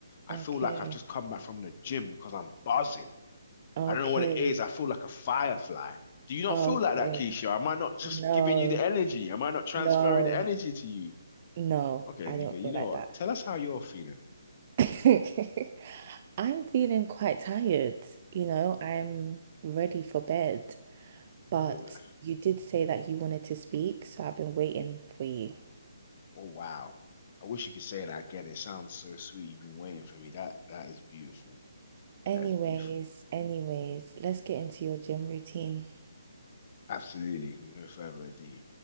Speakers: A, on the left; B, on the right.
A: I
B: okay.
A: feel like I've just come back from the gym because I'm buzzing.
B: Okay.
A: I don't know what it is. I feel like a firefly. Do you not
B: Okay.
A: feel like that, Keisha? Am I not just
B: No,
A: giving you the energy? Am I not transferring
B: no,
A: the energy to you?
B: no,
A: Okay,
B: I
A: Nika,
B: don't
A: you
B: feel
A: know
B: like
A: what?
B: that.
A: Tell us how you're feeling.
B: <laughs> I'm feeling quite tired, you know, I'm ready for bed, but
A: Ugh.
B: you did say that you wanted to speak, so I've been waiting for you.
A: Oh wow. I wish you could say that again. It sounds so sweet. You've been waiting for me. That that is beautiful.
B: Anyways,
A: That is beautiful.
B: anyways, let's get into your gym routine.
A: Absolutely. With no further ado.